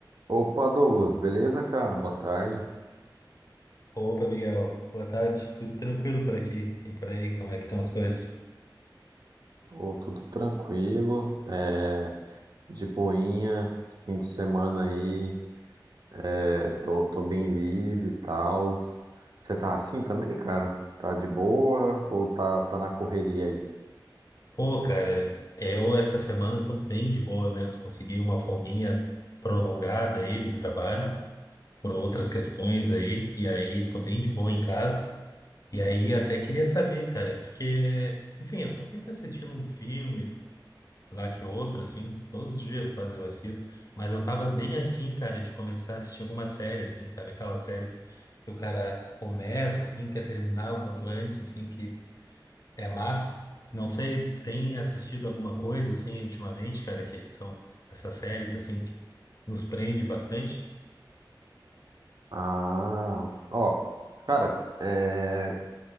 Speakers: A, on the right; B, on the left.
A: Opa, Douglas, beleza, cara? Boa tarde.
B: Opa, Miguel. Boa tarde. Tudo tranquilo por aqui? E por aí, como é que estão as coisas?
A: Pô, tudo tranquilo, é, de boinha, esse fim de semana aí, é, tô, tô bem livre e tal. Você tá assim também, cara? Tá de boa ou tá, tá na correria aí?
B: Pô, cara, é, eu essa semana tô bem de boa mesmo. Consegui uma folguinha prolongada aí do trabalho, por outras questões aí, e aí tô bem de boa em casa. E aí até queria saber, cara, porque, enfim, eu tô sempre assistindo um filme. lá que outro, assim, todos os dias quase eu assisto, mas eu tava bem afim, cara, de começar a assistir alguma série, assim, sabe? Aquelas séries que o cara começa, assim, quer terminar o quanto antes, assim, que é massa. Não sei, tu tem assistido alguma coisa, assim, ultimamente, cara, que são essas séries, assim, que nos prende bastante?
A: Ah, ó, cara, é,